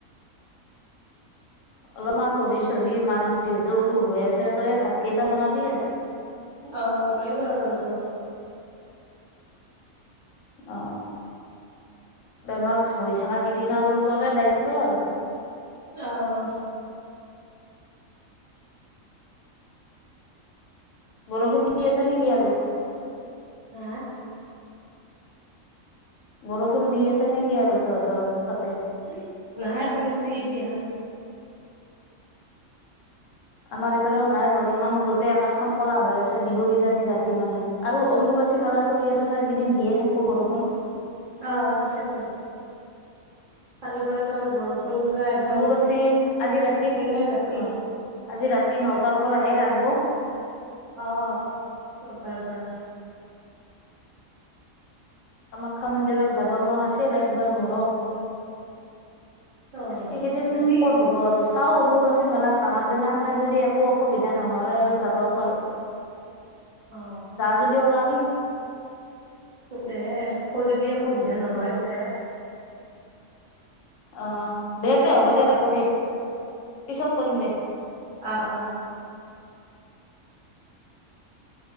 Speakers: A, on the left (about 70°); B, on the right (about 45°).
A: অলপমান পঢ়ি চঢ়ি মাৰ যিহেতু অসুখ হৈ আছে তইয়ে ভাত কেইটা বনাবি আৰু।
B: অ মইয়ে বনাব লাগিব।
A: অ বেমাৰ হৈ থকা কেইদিন আৰু তৰে দায়িত্ব আৰু।
B: অ
A: বৰষুণ দি আছে নেকি আৰু?
B: হা
A: বৰষুণ দি আছে নেকি আৰু তহঁতৰ তাতে?
B: <unintelligible> নাহে কমছে এতিয়া।
A: আমাৰ এইফালেও নাই বৰ্তমান গোটেই আকাশখন কলা হৈ আছে ডিব কি জানী ৰাতি মানে। আৰু অম্বুবাচী মেলা চলি আছে ন? এইকেইদিন দিয়ে থাকিব বৰষুণ।
B: অ তাকেইেতো কালি পৰাতো আৰু বৰষুণ কালি পৰা একদম
A: অম্বুবাচী আজি ৰাতি
B: দিনে ৰাতি।
A: অ আজি ৰাতি নটাৰ পৰাহে লাগব।
B: অ চতাৰ পৰা।
A: কামাখ্যা মন্দিৰত যাব মন আছিল একবাৰ মোৰো।
B: অ
A: এইকেইদিন
B: যাবি
A: ক'ত হ'ব আৰু চাওঁ অম্বুবাচী মেলাত ভঙাৰ দিনাখনে যদি একো অসুবিধা নহয় আৰু যাবও পাৰোঁ।
B: অ।
A: যদি ওলাবি।
B: দে অ যদি অসুবিধা নহহয়।
A: দে অ দে তে হ'ব দে ৰাখোঁ দে। পিছত কৰিম দে।
B: অ অ